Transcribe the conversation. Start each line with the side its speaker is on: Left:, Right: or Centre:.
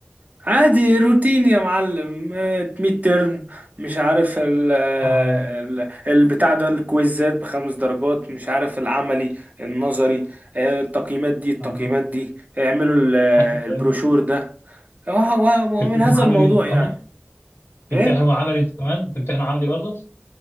Right: عادي روتين يا معلم آه، ميد ترم مش عارف ال ال-
Left: اه
Right: البتاع ده الكويزات بخمس درجات مش عارف العملي النظري آه، التقييمات دي التقييمات
Left: اه أيوة،
Right: دي اعملوا ال-
Left: أيوة.
Right: البروشور ده و- و- ومن
Left: تمتحن
Right: هذا
Left: عملي
Right: الموضوع
Left: انت كمان
Right: يعني
Left: تمتحنوا
Right: ايه
Left: عملي انت كمان تمتحنوا عملي برضه